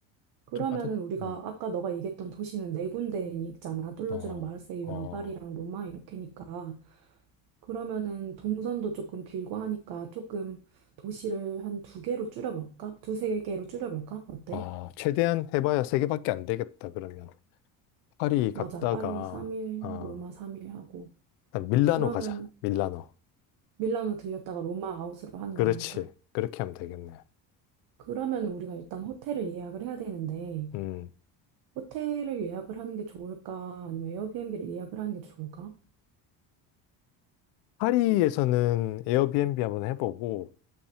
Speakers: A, on the right; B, on the left.
A: 그러면은
B: 좀 빠듯,
A: 우리가
B: 음.
A: 아까 너가 얘기했던 도시는 네 군데 있잖아. 툴루즈랑
B: 어,
A: 마르세유랑
B: 어,
A: 파리랑 로마 이렇게니까. 그러면은 동선도 조금 길고 하니까 조금 도시를 한 두 개로 줄여볼까? 두 세 개로 줄여볼까? 어때?
B: 아, 최대한 해봐야 세 개밖에 안 되겠다, 그러면. 파리 갔다가,
A: 맞아. 파리 3일,
B: 아,
A: 로마 3일 하고.
B: 일단 밀라노
A: 그러면
B: 가자, 밀라노.
A: 밀라노 들렸다가 로마 아웃으로 하는
B: 그렇지.
A: 걸로 할까?
B: 그렇게 하면 되겠네.
A: 그러면 우리가 일단 호텔을 예약을 해야 되는데,
B: 음.
A: 호텔을 예약을 하는 게 좋을까? 아니면 에어비앤비를 예약을 하는 게 좋을까?
B: 파리에서는 에어비앤비 한번 해보고,